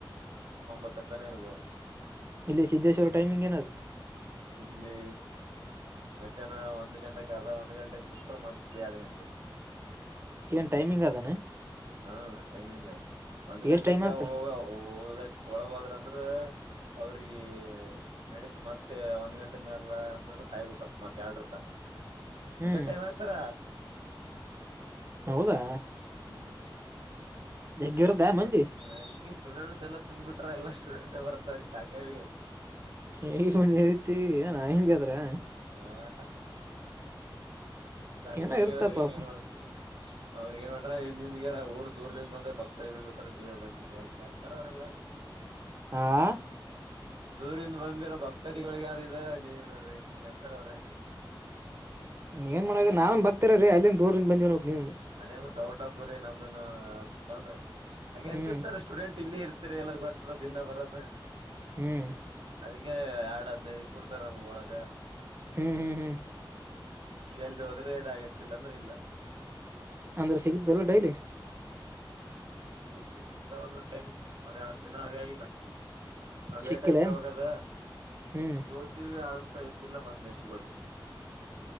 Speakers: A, on the right; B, on the right.
A: ಒಂಬತ್ತರ ತನ ಇರ್ಬೋದು
B: ಇಲ್ಲಿ ಸಿದ್ದೇಶ್ವರ ಟೈಮಿಂಗ್ ಏನ ಅದ
A: ಇಲ್ಲಿ ಮಧ್ಯಾಹ್ನ ಒಂದ್ ಗಂಟೆಕ್ ಅದ ಒಂದ್ ಗಂಟೆಗೆ ಬಿಟ್ರ ಮತ್ತ ಎರಡ್ ಗಂಟೆಗೆ
B: ಏನು ಟೈಮಿಂಗ್ ಅದ ಏನ್
A: ಹಾಂ ಟೈಮಿಂಗ್ ಅದು ಒಂದು ಗಂಟೆಗೆ
B: ಎಷ್ಟ್ ಟೈಮ್ ಆಗ್ತಾರ
A: ಹೋದಷ್ಟು ಒಳಗೋದ್ರ ಅಂದ್ರ ಅವ್ರಿಗೆ ನಡತ್ ಮತ್ತೆ ಒಂದ್ ಗಂಟೆ ಅಂದ್ರೆ ಕಾಯಬೇಕ ಮತ್ತ ಎರಡ್ರ ತನ
B: ಹ್ಮ್
A: ಒಂದೆ ಟೈಮ್ ಹಾಕ್ತಾರ
B: ಹೌದಾ
A: ಹ್ಮ್
B: ಜಗ್ಗಿ ಇರುತ್ತಾ
A: ಬಟ್
B: ಮಂದಿ
A: ನಂಗೆ ಸ್ಟೂಡೆಂಟ್ಸ್ ಎಲ್ಲಾ ತುಂಬ ಬಿಟ್ರ ಎಲ್ಲಾ ಸ್ಟೂಡೆಂಟ್ ಬರ್ತವ್ರೀ ಸಾಕಗ ಹೋಗ್ಯದ
B: <unintelligible>
A: ಹಾ ಸಾಕಾಗ
B: ಏನ
A: ಹೋಗ್ಯದ
B: ಇರ್ತ ಪಾಪ
A: ಇನ್ನೇನ್ ಮಾಡ್ತಿ ಅವ್ರಿಗ ನ್ ಮಾಡ್ರ ನಿಮ್ಗೆಾರ ಊರ್ ದೂರ್ದಿಂದ ಬಂದ್ರೆ ಭಕ್ತರಿಗಳು ಬಿಟ್ಟ ನೀವೇ ಬಂದಿ್ರಿ ಅಂತರ ಅವ್ರಲ್ಲ
B: ಆಾ
A: ದೂರಿಂದ ಬಂದಿರೋ ಭಕ್ತರಿಗಳೊಳಗ ಆದಿದ ನೀವ ನೋಡ್ರಿ ಹಿಂಗ ಹಿಂಗ ಅಂತರ ಅವರ ಹೆಂಗೆ
B: ನಾವೇನ ಬಕ್ತರ ರೀ ಅಲ್ಲಿಂದ ದೂರದಿಂದ ಬಂದಿರ ಬೇಕ ನೀವುನು
A: ಅದೇ ಮತ್ ಔಟ್ ಆಫ್ ರಿ ನಮ್ದನ್ನು ಅಂದಕೊಂಡ ಹಂಗೆ
B: ಹ್ಮ್
A: ಅಂತಿರ್ತಾರೆಷ್ಟ ಸ್ಟೂಡೆಂಟ್ ಇಲ್ಲಿ ಇರ್ತೀರಿ ಎಲ್ಲರಿಗೂ ಗೊತ್ತದ ದಿನ ಬರೋದು
B: ಹ್ಮ್
A: ಅದಕ್ಕೆ ಎರಡ್ ಹದ್ನೈದಕ ಬಿಡ್ತಾರ ನಮ್ಗ ಒಳಗ
B: ಹ್ಮ್ ಹ್ಮ್ ಹ್ಮ್
A: ಜಲ್ದಿ ಹೋದ್ರೆ ಇದಾಗತ್ತ ಇಲ್ಲ ಅಂದ್ರ ಇಲ್ಲ
B: ಅಂದ್ರೆ ಸಿಗುತ್ತ ಇಲ್ಲ ಡೈಲಿ
A: ಡೈಲಿ ಸಿಗುತ್ತ ಒಂದೊಂದ್ ಟೈಮ್ ಒಂದ ಎರಡ್ ದಿನ ಆಗ ಇಲ್ಲ ಹ ಲೇಟ್
B: ಸಿಕ್ಕಿಲ್ಲ
A: ಆಯ್ತ
B: ಏನ್
A: ಅವಾಗ ಅದ
B: ಹ್ಮ್
A: ಓತೀವಿ ಅಂತ ಎದ್ದಿಲ್ಲ ಮೆಸ್ಸಿಗೆ ಹೋದಿವಿ